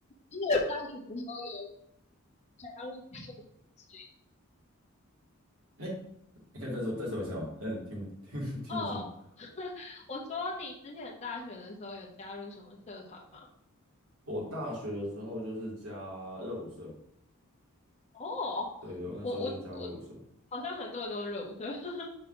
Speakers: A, on the left (about 30°); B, on the right (about 70°).
A: 因为我大学的时候有加入社团之类的，
B: 哎，你可以再说再说一次吗？嗯，听不听不听不清楚。
A: 哦，我说你之前大学的时候有加入什么社团吗？
B: 我大学的时候就是加热舞社，
A: 哦，
B: 对，对，我那时候就是加热舞社，
A: 我我我好像很多人都是热舞社。<laughs>